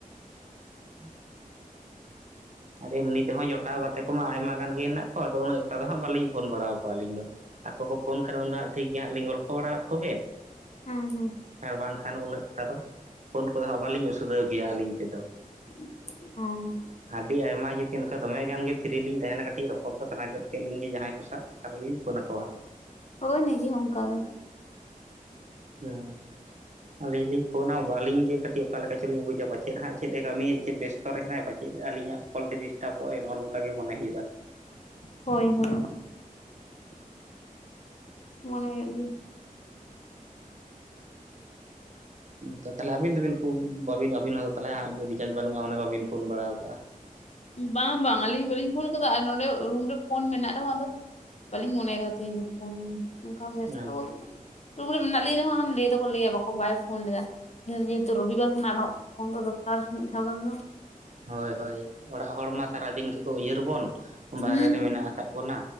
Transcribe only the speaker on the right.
<inaudible> ᱟᱨ ᱮᱢᱱᱤ ᱛᱮᱦᱚᱸᱭ ᱡᱚᱴᱟᱣ ᱜᱟᱛᱮ ᱠᱚᱢᱟ ᱟᱭᱢᱟ ᱜᱟᱱ ᱜᱮ ᱦᱮᱱᱟᱜ ᱠᱚᱣᱟ ᱟᱫᱚ ᱩᱱᱟᱹᱜ ᱜᱚᱴᱟ ᱫᱚ ᱦᱟᱸᱜ ᱵᱟᱹᱞᱤᱧ ᱯᱷᱳᱱ ᱵᱟᱲᱟᱣ ᱠᱚᱣᱟ ᱟᱹᱞᱤᱧ ᱫᱚ ᱾ ᱟᱠᱚ ᱠᱚ ᱯᱷᱳᱱ ᱠᱷᱟᱱ ᱩᱱ ᱫᱚ ᱦᱟᱸᱜ ᱴᱷᱤᱠ ᱜᱮ ᱦᱟᱸᱜ ᱞᱤᱧ ᱜᱚᱞᱯᱷᱚ ᱵᱟᱲᱟᱣᱟᱜ ᱠᱚᱜᱮ ᱾
ᱟᱨ ᱵᱟᱝᱠᱷᱟᱱ ᱩᱱᱟᱹᱜᱴᱟ ᱫᱚ ᱯᱷᱳᱱ ᱠᱚᱫᱚ ᱦᱟᱸᱜ ᱵᱟᱞᱤᱧ ᱩᱥᱚᱫᱟᱹᱣ ᱜᱮᱭᱟ ᱟᱹᱞᱤᱧ ᱛᱮᱫᱚ ᱾
ᱟᱹᱰᱤ ᱟᱭᱢᱟ ᱡᱩᱫᱤ ᱚᱱᱠᱟ ᱫᱚᱢᱮ ᱜᱟᱱ ᱜᱮ ᱯᱷᱤᱨᱤ ᱞᱤᱧ ᱛᱟᱦᱮᱱᱟ ᱠᱟᱹᱴᱤᱡ ᱨᱚᱯᱚᱲ ᱠᱚ ᱥᱟᱱᱟ ᱜᱚᱫ ᱠᱮᱫ ᱞᱤᱧ ᱜᱮ ᱡᱟᱦᱟᱸᱭ ᱠᱚ ᱥᱟᱶᱟᱣ ᱾ ᱟᱨ ᱞᱤᱧ ᱯᱷᱳᱱ ᱟᱠᱚᱣᱟ ᱾
ᱦᱮᱸ ᱟᱞᱤᱧ ᱞᱤ ᱯᱷᱳᱱᱟᱢ ᱾ ᱟᱞᱤᱧ ᱜᱮ ᱠᱟᱹᱴᱤᱡ ᱚᱠᱟ ᱞᱮᱠᱟ ᱪᱚᱞᱤᱧ ᱵᱩᱡᱟ ᱯᱟᱪᱮᱫ ᱦᱟᱸᱜ ᱪᱮᱫ ᱮ ᱠᱟᱢᱤᱭᱮᱜ ᱪᱮᱫ ᱵᱮᱥᱛᱚ ᱨᱮ ᱦᱮᱱᱟᱭ ᱯᱟᱪᱮᱫ ᱟᱞᱤᱧᱟᱜ ᱾ ᱠᱚᱞ ᱛᱮ ᱰᱤᱥᱴᱟᱵᱚᱜᱼᱟᱭ ᱱᱚᱝᱠᱟ ᱜᱮ ᱢᱚᱱᱮᱭ ᱦᱩᱭᱩᱜᱼᱟ ᱾
ᱛᱚ ᱛᱟᱦᱚᱞᱮ ᱟᱵᱤᱱ ᱫᱚᱵᱤᱱ ᱯᱷᱚ ᱟᱵᱤᱱ ᱦᱚᱵᱤᱱ ᱛᱟᱦᱚᱞᱮ ᱨᱤᱪᱨᱟᱡᱽ ᱵᱟᱱᱩᱜᱼᱟ ᱚᱱᱟ ᱵᱟᱵᱤᱱ ᱯᱷᱳᱱ ᱵᱟᱲᱟᱣ ᱠᱟᱜᱼᱟ ᱾
ᱟᱪᱪᱷᱟ ᱟᱪᱪᱷᱟ
ᱦᱚᱭ ᱦᱚᱭ ᱚᱲᱟᱜ ᱦᱚᱲ ᱢᱟ ᱥᱟᱨᱟ ᱫᱤᱱ ᱜᱮᱠᱚ ᱩᱭᱦᱟᱹᱨ ᱵᱚᱱ ᱾ ᱵᱟᱦᱮᱨᱮ
ᱨᱮ ᱢᱮᱱᱟᱜ ᱠᱟᱜ ᱵᱚᱱᱟ,